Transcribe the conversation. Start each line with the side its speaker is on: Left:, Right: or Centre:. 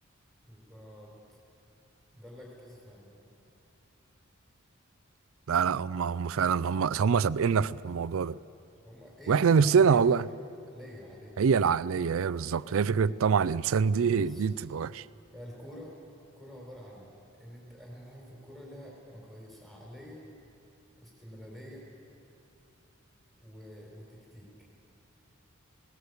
Centre: بالظبط ده اللي كنت عايز أفهمه بقى
Right: لا لا هم هم فعلا هم هم سابقنا في في الموضوع ده
Centre: هما هي
Right: واحنا
Centre: هي
Right: نفسنا
Centre: عقلية
Right: والله
Centre: برضه عقلية عقلية
Right: هي العقلية هي بالظبط هي فكرة طمع الإنسان دي
Centre: بص
Right: دي بتبقى وحشة
Centre: هي الكورة الكورة عبارة عن إن أنت أهم حاجة في الكورة لها مقاييس عقلية واستمرارية و... وتكتيك